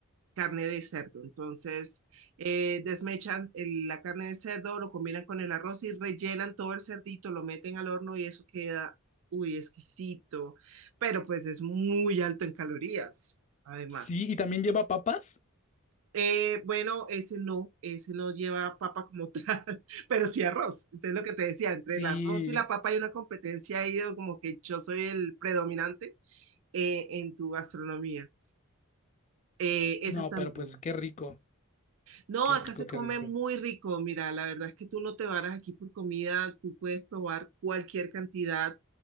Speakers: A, on the right; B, on the left.
A: carne de cerdo. Entonces, eh, desmechan el- la carne de cerdo, lo combinan con el arroz y rellenan todo el cerdito, lo meten al horno y eso queda, uy, exquisito. Pero pues es muy alto en calorías, además.
B: Sí, y también lleva papas.
A: Eh, bueno, ese no, ese no lleva papa como tal, <laughs> pero sí arroz. Entonces lo que te decía, entre
B: Sí.
A: el arroz y la papa hay una competencia ahí de como que yo soy el predominante eh, en tu gastronomía. Eh,
B: No,
A: eso también.
B: pero pues qué rico,
A: No,
B: qué
A: acá
B: rico,
A: se
B: qué
A: come
B: rico.
A: muy rico. Mira, la verdad es que tú no te varas aquí por comida, tú puedes probar cualquier cantidad